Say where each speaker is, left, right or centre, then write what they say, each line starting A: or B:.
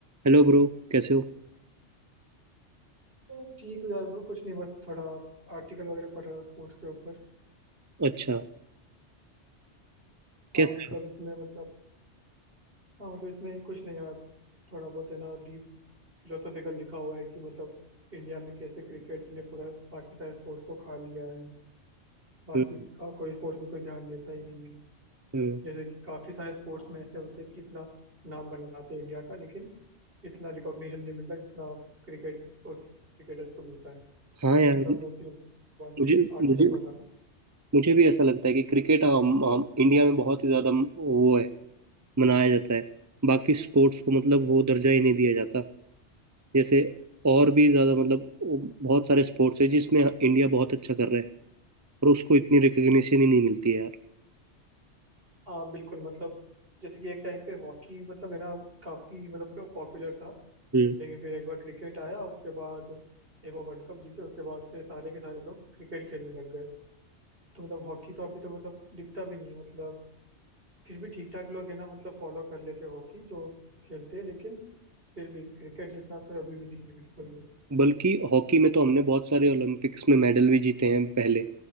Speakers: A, on the right (about 20°); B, on the right (about 55°).
A: Hello bro कैसे हो
B: तो ठीक हूँ यार ब्रो कुछ नहीं बस थोड़ा आर्टिकल वगैरह पढ़ रहा था स्पोर्ट्स के ऊपर
A: अच्छा
B: हाँ
A: कैसे
B: मतलब इसमें मतलब हाँ मतलब इसमें कुछ नहीं यार थोड़ा बहुत है ना डीप फिलोसॉफिकल लिखा हुआ है कि मतलब इंडिया में कैसे क्रिकेट ने पूरा बाकी सारे स्पोर्ट्स को खा लिया है बाकी
A: हम्म,
B: का कोई स्पोर्ट्स पे कोई ध्यान देता ही नहीं है
A: हम्म,
B: जैसे कि काफी सारे स्पोर्ट्स में ऐसे होते हैं कि इतना नाम बनाते हैं इंडिया का लेकिन इतना रिकॉग्निशन नहीं मिलता जितना क्रिकेट और क्रिकेटर्स को मिलता है
A: हाँ
B: तो
A: यार
B: मतलब मैं उसी बारे में
A: मुझे
B: आर्टिकल
A: मुझे
B: पढ़ रहा था
A: मुझे भी ऐसा लगता है कि क्रिकेट हम, हम इंडिया में बहुत ही ज़्यादा वो है मनाया जाता है बाकी स्पोर्ट्स को मतलब वो दर्जा ही नहीं दिया जाता जैसे और भी ज़्यादा मतलब वो बहुत सारे स्पोर्ट्स है जिसमें इंडिया बहुत अच्छा कर रहा है और उसको इतनी रिकग्निशन ही नहीं मिलती है
B: हाँ बिल्कुल मतलब जैसे कि एक टाइम पे हॉकी मतलब है ना काफी मतलब पॉपुलर था
A: यार
B: लेकिन फिर एक बार क्रिकेट आया उसके बाद एक बार वर्ल्ड कप जीते उसके बाद से सारे के सारे लोग क्रिकेट खेलने लग गए तो मतलब हॉकी तो अभी तो मतलब दिखता भी नहीं है मतलब फिर भी ठीक ठाक लोग है ना मतलब फॉलो कर लेते हैं हॉकी जो खेलते हैं लेकिन फिर भी क्रिकेट जितना तो अभी भी नहीं है बिल्कुल भी
A: बल्कि हॉकी में तो हमने बहुत सारे ओलंपिक्स में मेडल भी जीते हैं पहले